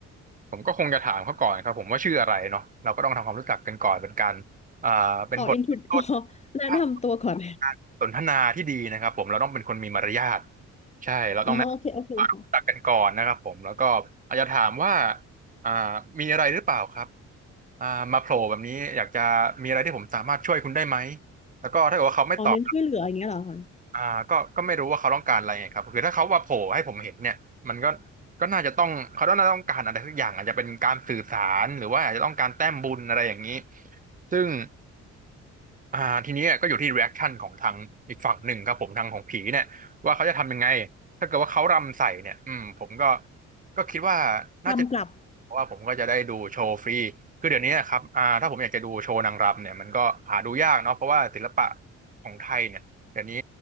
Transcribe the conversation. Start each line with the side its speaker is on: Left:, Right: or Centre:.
Right: ผมก็คงจะถามเขาก่อนครับผมว่าชื่ออะไรเนาะเราก็ต้องทำความรู้จักกันก่อนเป็นการอ่าเป็นบทเริ่มต้น
Left: อ๋ออินทรอ๋อแนะนำตัวก่อน
Right: กา
Left: <laughs>
Right: รสนทนาที่ดีนะครับผมเราต้องเป็นคนมีมารยาทใช่เราต้องแนะ
Left: อ๋อโอเคโอเคค่ะ
Right: นำรู้จักกันก่อนนะครับผมแล้วก็อาจจะถามว่าอ่ามีอะไรหรือเปล่าครับอ่ามาโผล่แบบนี้อยากจะมีอะไรที่ผมสามารถช่วยคุณได้ไหมแล้วก็ถ้าเกิดว่าเขาไม่ตอบ
Left: อ๋อเน้นช่วยเหลืออย่างเงี้ยเหรอคะ
Right: อ่าก็ก็ไม่รู้ว่าเขาต้องการอะไรไงครับคือถ้าเขาว่าโผล่ให้ผมเห็นเนี่ยมันก็ก็น่าจะต้องเขาต้องน่าต้องการอะไรสักอย่างอาจจะเป็นการสื่อสารหรือว่าอาจจะต้องการแต้มบุญอะไรอย่างนี้ซึ่ง อ่าทีนี้ก็อยู่ที่ reaction ของทางอีกฝั่งหนึ่งครับผมทางของผีเนี่ยว่าเขาจะทำยังไงถ้าเกิดว่าเขารำใส่เนี่ยอืมผมก็ก็คิดว่าน่าจะ
Left: กำกลับ
Right: เพราะว่าผมก็จะได้ดูโชว์ฟรีคือเดี๋ยวนี้นะครับอ่าถ้าผมอยากจะดูโชว์นางรำเนี่ยมันก็หาดูยากเนาะเพราะว่าศิลปะของไทยเนี่ยเดี๋ยวนี้